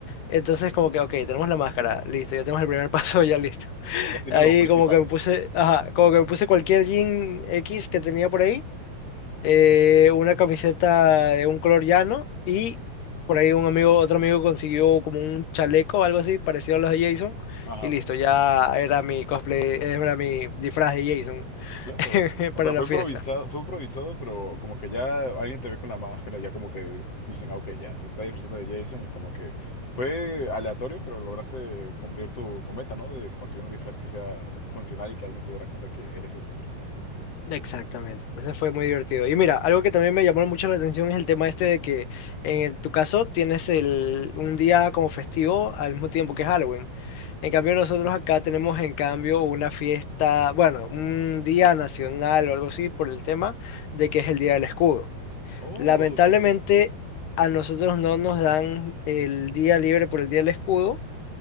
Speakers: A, on the left; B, on the left.
A: Entonces como que, ok, tenemos la máscara, listo, ya tenemos el primer <laughs> paso, ya listo.
B: Ya tiene
A: Ahí
B: lo principal.
A: como que me puse, ajá, como que me puse cualquier jean X que tenía por ahí, eh,
B: Ujú.
A: una camiseta de un color llano y por ahí un amigo, otro amigo consiguió como un chaleco o algo así parecido a los de Jason
B: Ajá,
A: y listo, ya era mi cosplay, era mi disfraz de Jason
B: claro. O
A: <laughs> para
B: sea,
A: la
B: fue improvisado,
A: fiesta.
B: fue improvisado, pero como que ya alguien te ve con la máscara, ya como que dicen, ah, ok, ya se está disfrazando de Jason y como que fue aleatorio, pero lograste cumplir tu, tu meta, ¿no? De conseguir un disfraz que sea funcional y que alguien se diera cuenta que eres ese personaje.
A: Exactamente, entonces fue muy divertido. Y mira, algo que también me llamó mucho la atención es el tema este de que en tu caso tienes el, un día como festivo al mismo tiempo que Halloween. En cambio nosotros acá tenemos en cambio una fiesta, bueno, un día nacional o algo así por el tema de que es el Día del Escudo.
B: Oh,
A: Lamentablemente
B: ok.
A: a nosotros no nos dan el día libre por el Día del Escudo.